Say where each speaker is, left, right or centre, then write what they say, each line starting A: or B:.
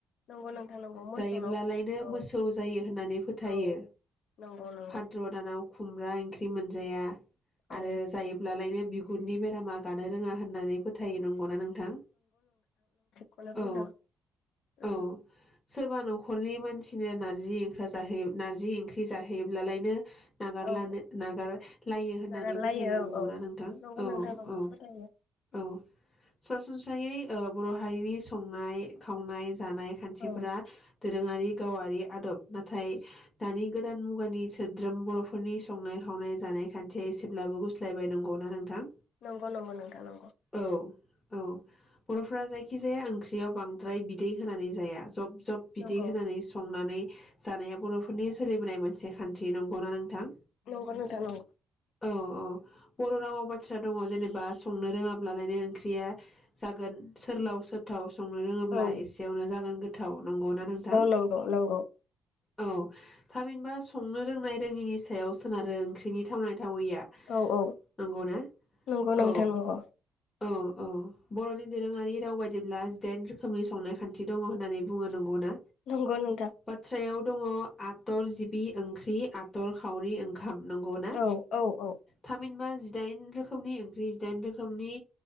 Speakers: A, on the left; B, on the left.
A: नंगौ नोंथां नंगौ मोसौनाव
B: जायोब्लालायनो
A: औ
B: मोसौ जायो होननानै फोथायो
A: औ नंगौ नंगौ
B: फाद्र दानाव खुमब्रा ओंख्रि मोनजाया
A: औ
B: आरो जायोब्लालायनो बिगुरनि बेरामा गानो रोङा होन नानै फोथायो नंगौना नोंथां।
A: खौनो बुंदों‌
B: औ
A: उम।
B: औ सोरबा न'खरनि मानसिनो नारजि ओंखा जाहोयो नारजि ओंख्रि जाहैयोब्लालायनो नागारलानो
A: औ
B: नागारलायो होननानै
A: नागारलायो
B: फोथायो नंगौना
A: औ
B: नोंथां
A: नंगौ
B: औ
A: नोंथां नंगौ
B: औ
A: फोथायो
B: औ सरासनस्रायै ओ बर' हारिनि संनाय, खावनाय जानाय खान्थिफोरा
A: औ
B: दोरोङारि गावारि आदब नाथाय दानि गोदान मुगानि सोद्रोम बर'फोरनि संनाय खावनाय जानाय खान्थिया एसेब्लाबो गुस स्लायबाय नंगौ ना नोंथां
A: नंगौ नंगौ नोंथां नंगौ
B: औ औ बर'फोरा जाय जाया ओंख्रियाव बांद्राय बिदै होनानै जाया जब जब बिदै
A: नंगौ
B: होनानै संनानै जानाया बर'फोरनि सोलिबोनायमोन सेखान्थि नंगौना नोंथां
A: नंगौ नोंथां नंगौ
B: औ औ बर' रावाव बाथ्रा दङ जेनेबा संनो रोङाब्लालायनो ओंख्रिया जागोन सोरलाव सोथावस संनो रोङोब्ला
A: औ
B: एसेयावनो जागोन गो थाव नंगौ ना नोंथां?
A: नंगौ नंगौ
B: औ थामहिनबा संनो रोंनाय रोङिनि सायाव सोनारो ओंख्रिनि थावनाय थावयिया
A: औ औ
B: नंगौना
A: नंगौ नोंथां
B: औ
A: नंगौ
B: औ औ बर'नि दोरोङारि राव बाय जेब्ला जिदाइन रोखोमनि संनाय खान्थि दङ। होननानै बुङ नंगौना
A: नंगौ नोंथां
B: बाथ्रायाव दङ आथर जिबि ओंख्रि, ‌ आथर खावरि ओं हाम नंगौना
A: औ औ औ
B: थामहिनबा जि जिदाइन रोखोमनि ओंख्रि जिदाइन रोखोमनि